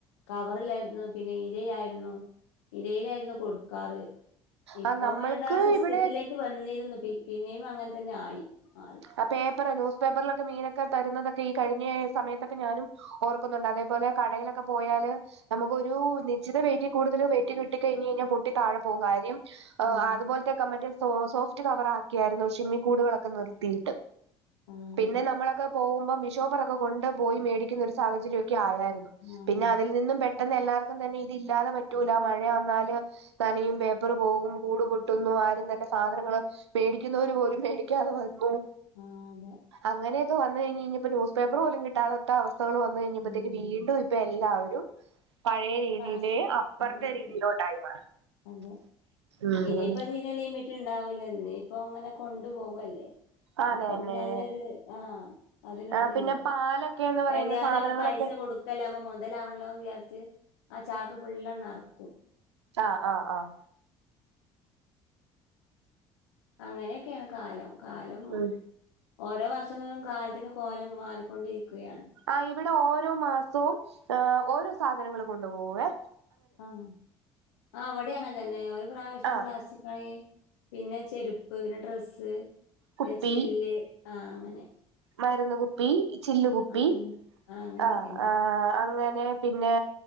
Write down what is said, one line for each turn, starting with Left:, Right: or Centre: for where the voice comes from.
Left: കവറില്ലായിരുന്നു പിന്ന ഇലയായിരുന്നു ഇലയിലായിരുന്നു കൊടുക്കാറ് ഇപ്പം
Right: ആഹ് നമ്മൾക്ക്
Left: അവരിടാസിസ്റ്റത്തിലേക്ക്
Right: ഇവിടെ
Left: വന്നിരുന്നു, പി പിന്നെയും അങ്ങന തന്നെ ആയി മാറി
Right: ആ പേപ്പറ് ന്യൂസ് പേപ്പറിലൊക്കെ മീനൊക്കെ തരുന്നതക്ക ഈ കഴിഞ്ഞ സമയത്തൊക്ക ഞാനും ഓർക്കുന്നുണ്ടതേപോലെ കടയിലൊക്കെ പോയാല് നമുക്കൊരു നിശ്ചത വെയിറ്റീ കൂടുതൽ വെയ്റ്റ് കിട്ടി കഴിഞ്ഞ് കഴിഞ്ഞ പൊട്ടി താഴെ പോവും കാര്യം ആ
Left: അതെ
Right: അതുപോലെത്തേക്കെ മറ്റേ സോ സോഫ്റ്റ് കവറാക്കിയായിരുന്നു, ഷെമ്മീ കൂടുകളൊക്കെ നിർത്തി.
Left: അതെ
Right: പിന്നെ നമ്മളൊക്കെ പോവുമ്പം ബിഷോപ്പറൊക്കെ കൊണ്ട് പോയി മേടിക്കുന്നൊരു സാഹചര്യോക്കായായിരുന്നു.
Left: ആഹ്
Right: പിന്നതിൽ നിന്നും പെട്ടെന്ന് എല്ലാർക്കും തന്നെ ഇതില്ലാതെ പറ്റൂല മഴ വന്നാല് നനയും പേപ്പറ് പോകും കൂടു പൊട്ടുന്നു ആരും തന്നെ സാധനങ്ങള് പേടിക്കുന്നവര് പോലും മേടിക്കാതെ വന്നു
Left: ആഹ് അതെ
Right: അങ്ങനെയൊക്കാ വന്ന് കഴിഞ്ഞഴിഞ്ഞപ്പോ ന്യൂസ്പേപ്പറ് പോലും കിട്ടാത്ത അവസ്ഥകള് വന്ന്കഴിഞ്ഞപ്പഴത്തേക്ക്
Left: ഉം
Right: വീണ്ടു ഇപ്പ് ഇപ്പെല്ലാവരും പഴയ രീതിയിലെ
Left: ക്ലാസ്
Right: അപ്പറത്തെ
Left: അതെ
Right: രീതിയിലോട്ടായി മാറി.
Left: അതെ
Right: ഉം
Left: ഇനിയിപ്പ തീരെ ലിമിറ്റെ ണ്ടാവില്ല ഇനിയിപ്പങ്ങന കൊണ്ടു പോവല്ലേ.
Right: അതന്നെ
Left: അപ്പൊ പിന്നെ അതിനൊരു ആഹ് അതിനൊരിതില്ല
Right: ആ പിന്നെ പാലൊക്കെന്ന് പറയുന്ന
Left: എന്നാലും
Right: സാധനങ്ങളൊക്കെ
Left: ഞമ്മൾ പൈസ കൊടുക്ക് അല്ല അപ്പ മുതലാവണല്ലോന്ന് വിചാരിച്ച് ആ ചാക്ക് ഫുള്ളങ്ങ് നറക്കും.
Right: ആഹ് ആഹ് ആഹ്
Left: അങ്ങനെയെക്കേണ് കാലം കാലം.
Right: ഉം
Left: ഓരോ വർഷതോറും കാലത്തിന് കോലം മാറിക്കൊണ്ടിരിക്കുകയാണ്.
Right: ആ ഇവിടെ ഓരോ മാസവും ഏഹ് ഓരോ സാധനങ്ങള് കൊണ്ടു പോകുവേ.
Left: അഹ് അവിടേഅങ്ങന തന്നെ ഒരു പ്രാവശ്യം
Right: ആ
Left: പ്ലാസ്റ്റിക് ആണെങ്കി പിന്നെ ചെരുപ്പ് പിന്ന ഡ്രസ്സ്
Right: കുപ്പി
Left: പിന്ന ചില്ല് ആഹ് അങ്ങനെ
Right: മരുന്ന് കുപ്പി ചില്ലുകുപ്പി
Left: അങ്ങനെ. ആഹ് അങ്ങനെയൊക്കെന്നെയാണ്.
Right: അഹ് അഹ് അങ്ങനേ പ് പിന്നേ